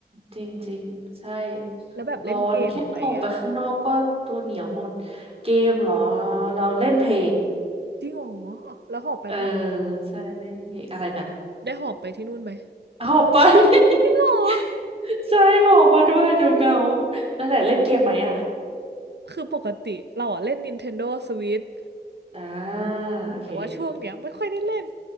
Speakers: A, on the right; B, on the right.
A: จริงจริงใช่
B: แล้วแบบเล่นเกมไหมอะ
A: ร้อนแค่ออกไปข้างนอกก็ตัวเหนียวหมดเกมเหรอเราเล่นเพลย์
B: จริงเหรออ๋อแล้วหอบไปปะ
A: เออใช่เล่นเพลย์อะไรนะ
B: ได้หอบไปที่นู่นไหม
A: หอบไป <laughs>
B: อรอ
A: ใช่หอบมาด้วยเดี๋ยวเหงานั่นแหละเล่นเกมไหมอ่ะ
B: คือปกติเราอะเล่น Nintendo Switch
A: อ่าโอเค
B: แต่ว่าช่วงเนี้ยไม่ค่อยได้เล่น